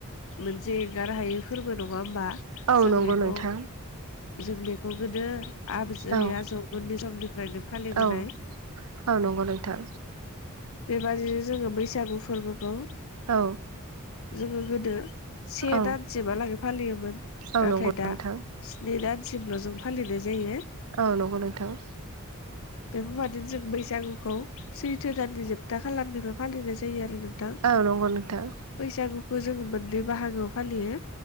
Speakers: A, on the left; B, on the right.
A: मोनसे एंगारहायै फोरबो नङा होमबा।
B: औ
A: जों
B: नंगौ
A: बेखौ
B: नोंथां
A: जों बेखौ गोदो आबजै
B: औ
A: आजौमोननि समनिफ्रायनो फालिबोनाय।
B: औ औ नंगौ नोंथां
A: बेबादिनो जोङो बैसागु फोरबोखौ
B: औ।
A: जोङो गोदो से
B: औ
A: दानसिम हालागै फालियोमोन।
B: औ
A: नाथाय
B: नंगौ
A: दा
B: नोंथां
A: स्नि दानसिमल' जों फालिनाय जायो।
B: औ नंगौ नोंथां।
A: बेफोरबादिनो जों बैसागुखौ सैथो दाननि जोबथा खालारनिफ्राय फालिनाय जायो आरो नोंथां।
B: औ नंगौ नोंथां।
A: बैसागुखौ जोङो मोननै बाहागोआव फालियो।